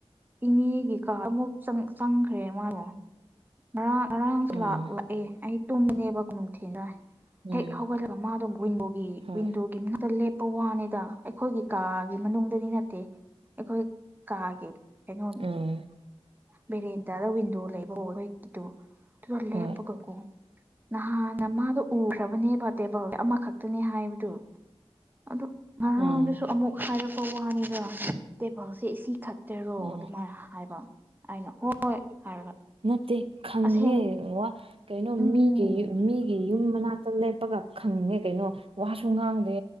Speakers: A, on the right (about 20°); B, on the right (about 60°).
A: ꯏꯅꯦꯒꯤꯀꯥ ꯑꯃꯨꯛ ꯆꯪꯈ꯭ꯔꯦ ꯃꯥꯗꯣ ꯉꯔꯥꯡ ꯉꯔꯥꯡꯁꯨ
B: ꯎꯝ
A: ꯂꯥꯛ ꯂꯥꯛꯑꯦ ꯑꯩ ꯇꯨꯝꯕꯅꯦꯕ ꯀꯣꯅꯨꯡꯊꯤꯟꯗ
B: ꯎꯝ
A: ꯍꯦꯛ ꯍꯧꯒꯂꯒ ꯃꯥꯗꯣ ꯋꯤꯟꯗꯤ
B: ꯍꯣꯏ
A: ꯋꯤꯟꯗꯣꯒꯤ ꯇ ꯂꯦꯞꯄ ꯋꯥꯅꯤꯗ ꯑꯩꯈꯣꯏꯒꯤ ꯀꯥꯒꯤ ꯃꯅꯨꯡꯗꯗꯤ ꯅꯠꯇꯦ ꯑꯩꯈꯣꯏ ꯀꯥꯒꯤ ꯀꯩꯅꯣ
B: ꯑꯣ
A: ꯕꯦꯔꯦꯟꯗꯥꯗ ꯋꯤꯟꯗꯣ ꯂꯩꯕꯀꯣ ꯑꯩꯈꯣꯢꯒꯤꯗꯣ ꯑꯗꯨꯗ
B: ꯍꯣꯏ
A: ꯂꯦꯞꯄꯒꯒꯣ ꯅꯍꯥꯟꯅ ꯃꯥꯗꯣ ꯎꯈ꯭ꯔꯕꯅꯦꯕ ꯇꯦꯕꯜꯗ ꯑꯃꯈꯛꯇꯅꯦ ꯍꯥꯏꯕꯗꯨ ꯑꯗꯨ ꯉꯔꯥꯡꯁꯨ
B: ꯎꯝ
A: ꯑꯃꯨꯛ ꯍꯥꯏꯔꯛꯄ ꯋꯥꯅꯦꯕ ꯇꯦꯕꯜꯁꯦ ꯁꯤꯈꯛ ꯇꯔꯣ
B: ꯎꯝ
A: ꯑꯗꯨꯃꯥꯏꯅ ꯍꯥꯏꯕ ꯑꯩꯅ ꯍꯣꯏ ꯍꯥꯏꯔꯒ
B: ꯅꯠꯇꯦ ꯈꯪꯉꯦ
A: ꯑꯁꯦꯡ
B: ꯋꯥ ꯀꯩꯅꯣ
A: ꯎꯝ
B: ꯃꯤꯒꯤ ꯃꯤ ꯃꯤꯒꯤ ꯌꯨꯝ ꯃꯅꯥꯛꯇ ꯂꯦꯞꯄꯒ ꯈꯪꯉꯦ ꯀꯩꯅꯣ ꯋꯥꯁꯨ ꯉꯥꯡꯗꯦ